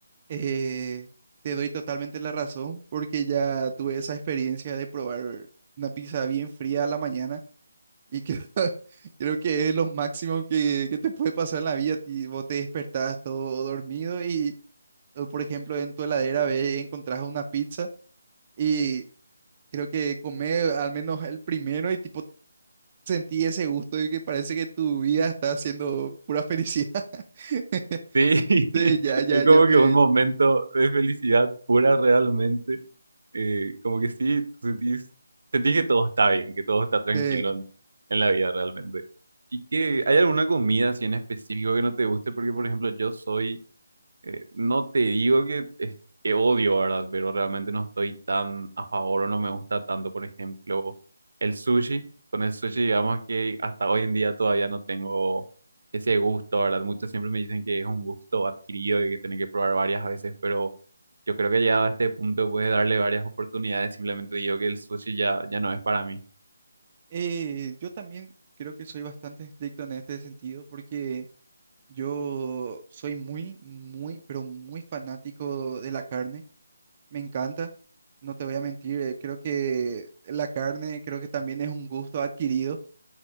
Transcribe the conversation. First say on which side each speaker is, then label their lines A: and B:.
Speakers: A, on the right; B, on the right.
A: eh, te doy totalmente la razón, porque ya tuve esa experiencia de probar una pizza bien fría a la mañana. Y creo, <laughs> creo que es lo máximo que, que te puede pasar en la vida. ti- vos te despertás todo dormido y, o, por ejemplo, en tu heladera ves encontrás una pizza y creo que comer al menos el primero y tipo sentí ese gusto de que parece que tu vida está siendo pura felicidad. <laughs>
B: Sí, <laughs>
A: Sí, ya, ya,
B: es
A: ya
B: como
A: me...
B: que un momento de felicidad pura realmente eh, como que sí, tú sentís, sentís que todo está bien, que todo está tranquilo
A: sí.
B: en, en la vida realmente. ¿Y que hay alguna comida así en específico que no te guste? Porque, por ejemplo, yo soy, eh, no te digo que, es- que odio, ¿verdad? Pero realmente no estoy tan a favor o no me gusta tanto, por ejemplo, el sushi. Con el sushi, digamos que hasta hoy en día todavía no tengo ese gusto, ¿verdad? Muchos siempre me dicen que es un gusto adquirido y que tienen que probar varias veces, pero... Yo creo que llegado a este punto puedes darle varias oportunidades. Simplemente digo que el sushi ya, ya no es para mí.
A: Eh, yo también creo que soy bastante estricto en este sentido porque yo soy muy, muy, pero muy fanático de la carne. Me encanta, no te voy a mentir, eh, creo que la carne creo que también es un gusto adquirido